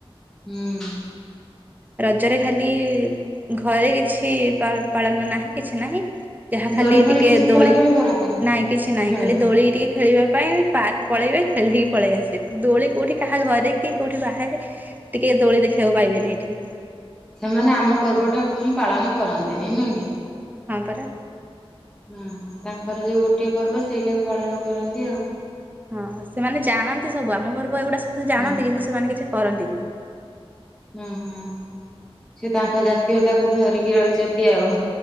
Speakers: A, in the centre; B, on the right (about 15°).
A: ହୁଁ।
B: ରଜରେ ଖାଲି ଘରେ କିଛି ପା ପାଳନ ନାହିଁ କିଛି ନାହିଁ ଯାହା ଖାଲି
A: ଦୋଳି ଫୋଳି
B: ଟିକେ
A: କିଛି ଖେଳା
B: ଦୋଳି
A: ଖେଳି କରନ୍ତିନି
B: ନାଇଁ କିଛି ନାଇଁ
A: ଖେଳନ୍ତି।
B: ଖାଲି ଦୋଳି ଟିକେ ଖେଳିବା ପାଇଁ ପାର୍କ ପଳେଇବେ ଖେଳିଦେକି ପଳେଇ ଆସିବେ ଦୋଳି କୋଉଠି କାହା ଘରେ କି କୋଉଠି ବାହାରେ ଟିକେ ଦୋଳି ଦେଖିବାକୁ ପାଇବେନି ଏଠି।
A: ସେମାନେ ଆମ ପର୍ବ ଟାକୁ ହିଁ ପାଳନ କରନ୍ତିନି ନୁହେଁ କି?
B: ହଁ ପରା।
A: ଓ ହୋ ତାଙ୍କର ଯୋଉ ଗୋଟିଏ ପର୍ବ ସେଇଟାକୁ ପାଳନ କରନ୍ତି ଆଉ।
B: ହଁ ସେମାନେ ଜାଣନ୍ତି ସବୁ ଆମ ଘର ପା ଏଗୁଡା ସବ ଜାଣନ୍ତି
A: ହୁଁ
B: କିନ୍ତୁ ସେମାନେ କିଛି କରନ୍ତିନି।
A: ହୁଁ ହୁଁ ସେ ତାଙ୍କ ଜାତୀୟତାକୁ ଧରିକି ରହିଛନ୍ତି ଆଉ।